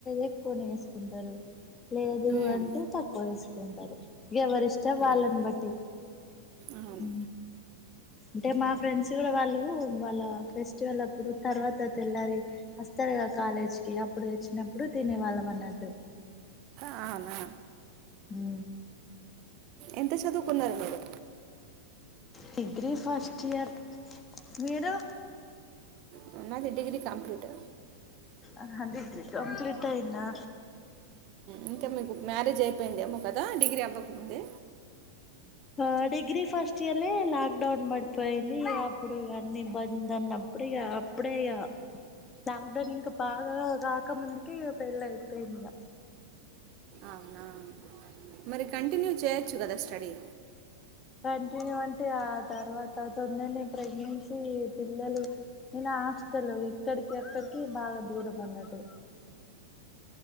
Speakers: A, on the left; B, on the right.
A: ఎక్కువనే ఏసుకుంటారు. లేదు
B: మ్మ్.
A: అంటే తక్కువ ఎసు కుంటారు. ఎవరిష్టం వాళ్లని
B: అలా
A: బట్టి
B: అవును
A: హు అంటే మా ఫ్రెండ్స్ కూడా వాళ్ళు వాళ్ళ ఫెస్టివల్ అప్పుడు తర్వాత తెల్లారి తేస్తారుగా కాలేజ్ కి అప్పుడు తెచ్చినప్పుడు తినేవాళ్ళం అన్నట్టు
B: అవునా
A: హు
B: ఎంత చదువుకున్నారు మీరు
A: డిగ్రీ ఫస్ట్ ఇయర్ మీరు
B: హ్మ్ నాది డిగ్రీ కంప్లీట్
A: ఆహా డిగ్రీ కంప్లీట్ అయిందా
B: ఇంకేం మీకు మ్యారేజ్ అయిపోయిందేమో, కదా డిగ్రీ అవ్వక్ ముందే
A: ఆ డిగ్రీ ఫస్ట్ ఇయర్లే లాక్ డౌన్ పడిపోయింది. ఇక అప్పుడు ఇక అన్ని బంద్ అన్నప్పుడు, ఇక అప్పుడే ఇక హ్ ప్లాక్ డౌన్ ఇంక్ పాగరో రాకముందుకే, ఇక పెళ్ళి అయిపోయింది. ఇగ
B: అవునా మరి కంటిన్యూ చే చ్చుగదా స్టడీ
A: కంటిన్యూ అంటే ఆ తర్వాత తొందరనే ప్రెగ్నెన్సీ పిల్లలు, నేనా హాస్టల్లో ఇక్కడికి అక్కడికి, బాగా దూరం అన్నట్టు